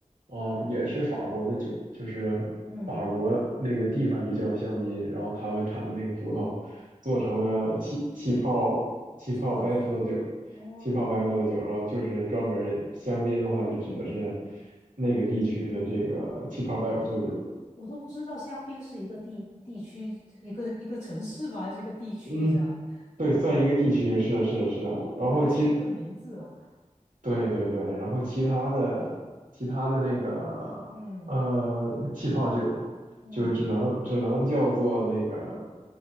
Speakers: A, on the right (about 80°); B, on the left (about 60°).
A: 啊，也是法国的酒，就是
B: 嗯，
A: 法国那个地方就叫香槟，然后他们产的那个葡萄做成了气气泡气泡白葡萄酒，
B: 哦，气泡酒。哦，
A: 气泡白葡萄酒，然后就是专门儿香槟的话，就指的是
B: 嗯，
A: 那个地区的这个气泡白葡萄酒。
B: 我都不知道香槟是一个地地区，一个一个城市吧，还是一个地区这样？
A: 嗯，对，算一个地区，是的，是的，是的。
B: 哦，
A: 然后其
B: 原来是一个名字啊。
A: 对对对，然后其他的其他的那个呃气泡酒，
B: 嗯嗯，
A: 就只能只能叫做那个